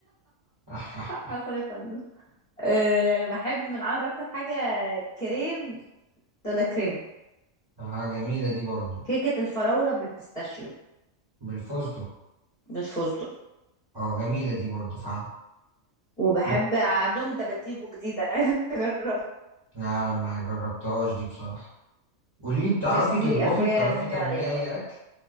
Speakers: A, on the right (about 25°); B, on the left (about 35°).
A: <laughs>
B: <laughs> عسل يا فندم أه بحب من عنده اكتر حاجه كريم دولا كريم
A: اه جميلة دي برضو
B: كيكه الفراوله بالبيستاشيو
A: بالفستق
B: بالفستق
A: اه جميلة دي برضو فعلا
B: وبحب
A: بت...
B: عندهم الدباديبو جديدة <laughs> عايزة اجربها
A: لا ما جربتهاش دي بصراحة قولي بتعرفي
B: نفسي
A: تطبخي
B: اخويا
A: بتعرفي
B: يعزمني
A: تعملي
B: عليها
A: اي
B: بقى
A: اكل